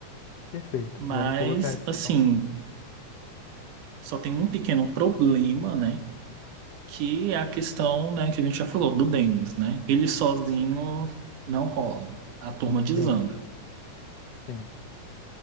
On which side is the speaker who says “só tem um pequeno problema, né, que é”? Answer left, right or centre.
Right